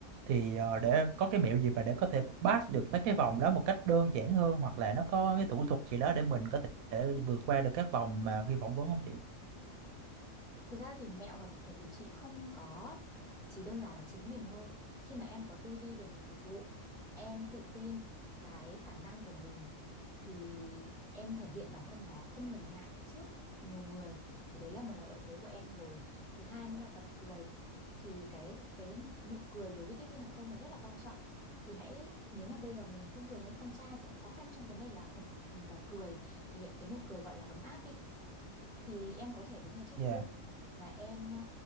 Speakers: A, on the right (about 85°); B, on the left (about 20°).
A: thì ờ, để có cái mẹo gì mà để có thể pass được mấy cái vòng đó một cách đơn giản hơn hoặc là nó có cái thủ thuật gì đó để mình có thể vượt qua được các vòng mà khi phỏng vấn không chị?
B: Thực ra thì mẹo và thủ thuật thì chị không có, chỉ đơn giản là chính mình thôi. Khi mà em có tư duy về ngành dịch vụ, em tự tin cái khả năng của mình thì em thể hiện bản thân nó không ngần ngại trước nhiều người thì đấy là một là lợi thế của em rồi. Thứ hai nữa là tập cười. Thì cái cái nụ cười đối với tiếp viên hàng không nó rất là quan trọng. Thì hãy nếu mà bây giờ mình thông thường ấy con trai sẽ khó khăn trong vấn đề là tập là cười, thể hiện cái nụ cười gọi là ấm áp đi thì em có thể đứng ở trước
A: Dạ,
B: gương và em ờ,